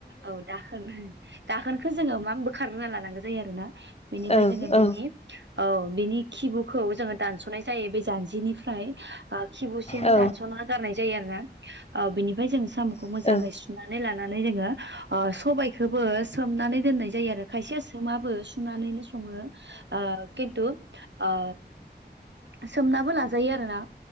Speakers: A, on the right (about 80°); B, on the left (about 35°).
A: औ दाखोन दाखोनखो जोङो मा बोखारना लानांगो जायो आरो ना बेनिफाय
B: औ
A: जोङो बिनि
B: औ
A: औ बिनि खिबुखौ जोङो दानस'नाय जायो बे जान्जिनिफ्राय ओ खिबुसिम
B: औ
A: दानस'ना गारनाय जायो आरो ना औ बेनिफाय जों साम'खो
B: औ
A: मोजाङै
B: औ
A: सुनानै लाना नानै नोङो अ सबायखोबो सोमनानै दोननाय जायो आरो खायसे सोमाबो सुनानैनो सङो ओ खिन्थु ओ सोमनाबो लाजायो आरोना